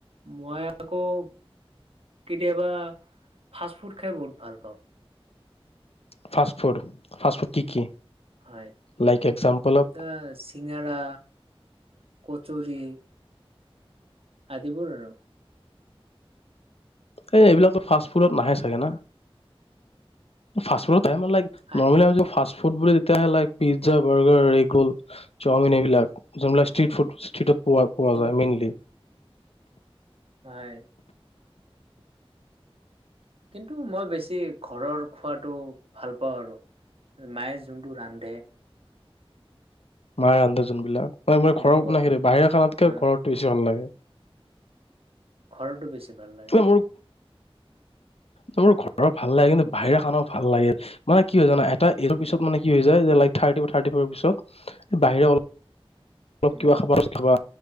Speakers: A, on the right; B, on the left.
A: মই আকৌ কেতিয়াবা, ফাষ্ট-ফুড খাই বহুত ভাল পাওঁ।
B: ফাষ্ট-ফুড, ফাষ্ট-ফুড কি কি?
A: হয়,
B: লাইক এক্জাম্পল অফ
A: আ, চিঙৰা, কচুৰী আদিবোৰ আৰু
B: এই, এইবিলাকতো ফাষ্ট-ফুডত নাহে চাগে না? ফাষ্ট-ফুডত আহে মানে, লাইক,
A: আহি
B: নৰ্মলি আমি যিটো ফাষ্ট-ফুড বোলো, তেতিয়াহে like pizza, burger, egg roll, chow mein এইবিলাক, যোনবিলাক ষ্ট্ৰিট-ফুড, ষ্ট্ৰিটত পোৱা, পোৱা
A: সেনে
B: যায় মেইনলি
A: হয়। কিন্তু, মই বেছি ঘৰৰ খোৱাটো ভাল পাওঁ আৰু মায়ে যোনটো ৰান্ধে
B: মায়ে ৰান্ধে যোনবিলাক, মানে মোৰ
A: সেনেকুৱা
B: এই ঘৰৰ <unintelligible> বাহিৰা খানাতকে
A: হয়
B: ঘৰতে বেছি ভাল লাগে।
A: ঘৰৰটো বেছি ভাল লাগে
B: তোমাৰ, মোৰ
A: <inaudible>
B: মোৰ ঘৰৰ ভাল লাগে, কিন্তু বাহিৰা খানাও ভাল লাগে। মানে কি হয় জানা, এটা এইজৰ পিছত মানে কি হৈ যায়, যে লাইক, থাৰ্টি বা থাৰ্টি ফাইভৰ পিছত, বাহিৰা অল অলপ
A: উম,
B: কিবা খাবা <unintelligible> খাবা